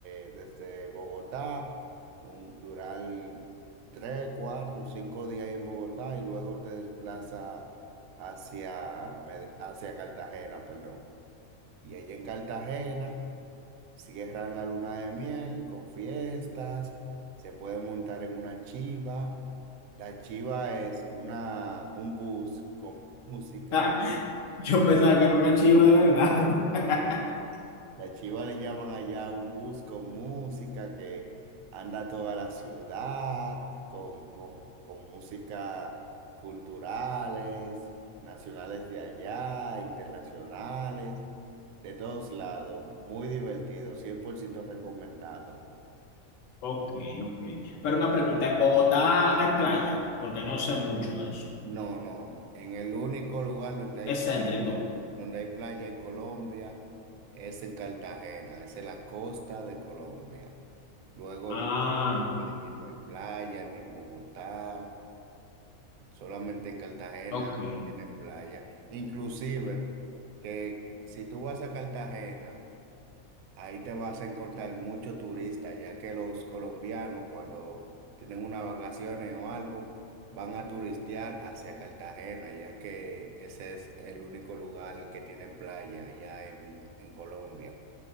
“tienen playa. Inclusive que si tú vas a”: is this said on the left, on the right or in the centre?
Right